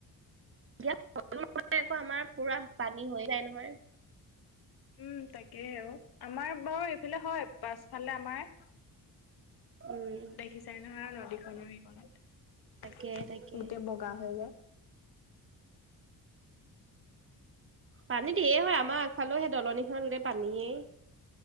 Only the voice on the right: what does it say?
এতিয়া আকৌ আমাৰ পুৰা পানী হৈ যায় নহয়।
উম
তাকে তাকে
পানী দিয়ে হয় আমাৰ আগফালে সেই দলনিখন গোটেই পানীয়েই।